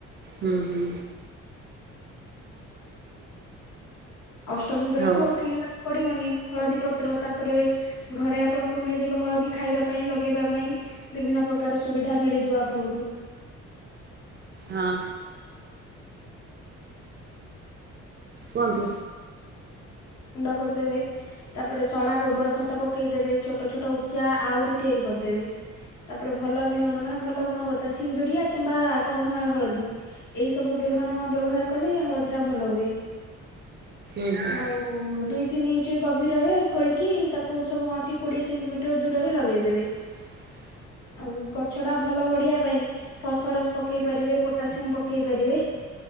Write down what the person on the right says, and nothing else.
ହୁଁ ହୁଁ।
ହଉ
ହଁ। କୁହନ୍ତୁ।
ଉଁ ହୁଁ।
ହ